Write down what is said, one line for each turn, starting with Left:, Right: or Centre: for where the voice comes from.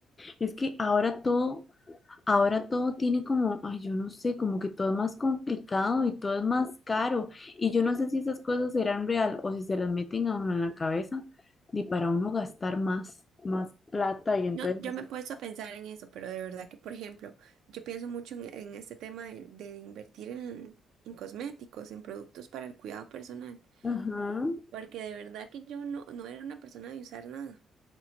Left: Es que ahora todo Ahora todo tiene como, ay, yo no sé, como que todo es más complicado y todo es más caro. Y yo no sé si esas cosas serán real o si se las meten a uno en la cabeza y para uno gastar más, más plata y entonces
Right: No, yo
Left: así.
Right: me he puesto a pensar en eso, pero de verdad que, por ejemplo, yo pienso mucho en, en este tema de, de invertir en en cosméticos, en productos para el cuidado personal.
Left: Ajá,
Right: porque de verdad que yo no, no era una persona de usar nada.